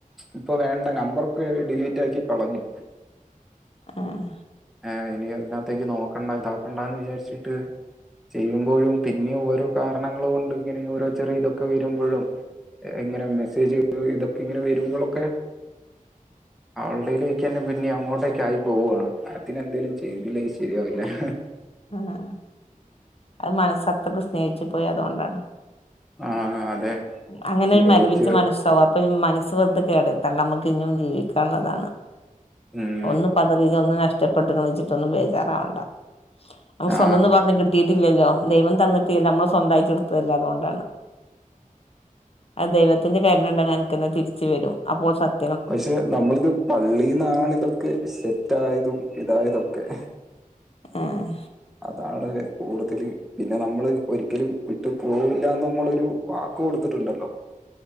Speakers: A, in the centre; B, on the left (about 45°).
A: ഇപ്പൊ വേണ്ട നമ്പറൊക്കെ ഡിലീറ്റ് ആക്കി കളഞ്ഞു
B: ആഹ്
A: ആഹ് ഇനി അതിനാത്തേക്ക് നോക്കണ്ട ഇതാക്കണ്ടാന്ന് വിചാരിച്ചിട്ട് ചെയ്യുമ്പോഴും പിന്നെ ഓരോ കാരണങ്ങള് കൊണ്ട് ഇങ്ങനെ ഓരോ ചെറിയ ഇതൊക്കെ വരുമ്പോഴും എങ്ങനെ മെസ്സേജ് ഇതൊക്കെ ഇങ്ങനെ വരുമ്പളൊക്കെ അവൾടയ്ലേക്കന്നെ പിന്നെ അങ്ങോട്ടേക്കായി പോവുവാണ് അതിനെന്തേലും ചെയ്തില്ലെങ്കി ശെരിയാവില്ലഹ്ഹ്
B: ആഹ് അത് മനസ്സത്രക്ക് സ്നേഹിച്ചു പോയി അതുകൊണ്ടാണ്
A: ആഹ് അതെ
B: അങ്ങനെ
A: സ്നേഹിച്ച്
B: ഒരു മരിവിച്ച മനസ്സാവും അപ്പൊ മനസ്സ് വെറ്ത കേടെത്തണ്ട അമ്മക്കിന്നും ജീവിക്കേണ്ടതാണ്
A: ഉം
B: ഒന്ന് പതറി ഒന്ന് നഷ്ടപ്പെട്ടന്നും വെച്ചിട്ടൊന്നും ബേജാറാവണ്ട നമ്മ
A: ആ
B: സ്വന്തന്ന് പറഞ്ഞി കിട്ടിട്ടില്ലല്ലോ ദൈവം തന്നിട്ടില്ല അമ്മള് സ്വന്തായിട്ട് എടുത്താല്ലേ അതൊണ്ടാണ് അദൈവത്തിന്റെ കര്ണെണ്ടെ അനക്കന്ന തിരിച്ച് വരും അപ്പോ സത്
A: പക്ഷെ നമ്മളിത് പള്ളീന്നാണിതൊക്കെ സെറ്റായതും ഇതായതൊക്കെ
B: ആഹ്
A: അതാണൊരു കൂടുതല് പിന്നെ നമ്മള് ഒരിക്കലും വിട്ട് പോവൂല്ലാന്നമ്മളൊരു വാക്ക് കൊടുത്തിട്ടിണ്ടല്ലോ